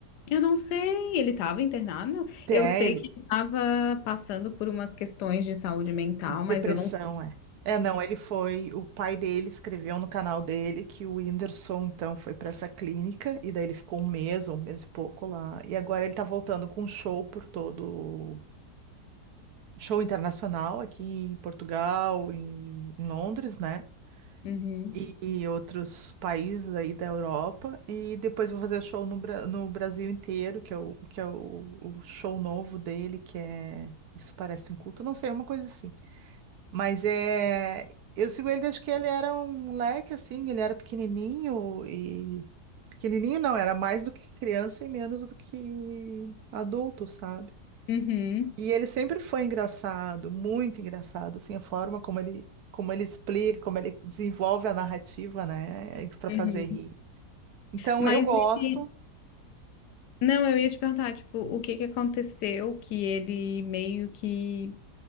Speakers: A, on the left; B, on the right.
A: Eu não sei, ele estava internado.
B: É,
A: Eu sei
B: ele
A: que ele estava passando por umas questões de saúde mental,
B: Depressão,
A: mas eu não.
B: é. É, não, ele foi. O pai dele escreveu no canal dele que o Whindersson, então, foi para essa clínica, e daí ele ficou um mês, ou um mês e pouco lá. E agora ele tá voltando com show por todo. Show internacional aqui em Portugal, em, em Londres, né?
A: Uhum,
B: E, e outros países aí da Europa. E depois vou fazer show no, Bra- no Brasil inteiro, que é, o, que é o, o show novo dele, que é. Isso parece um culto, não sei, uma coisa assim. Mas é. Eu sigo ele desde que ele era um moleque, assim, ele era pequenininho e. Pequenininho não, era mais do que criança e menos do que adulto, sabe?
A: uhum,
B: E ele sempre foi engraçado, muito engraçado, assim, a forma como ele, como ele explica, como ele desenvolve a narrativa, né, para
A: uhum.
B: fazer rir. Então
A: Mas
B: eu gosto.
A: ele... não, eu ia te perguntar, tipo, o que que aconteceu que ele meio que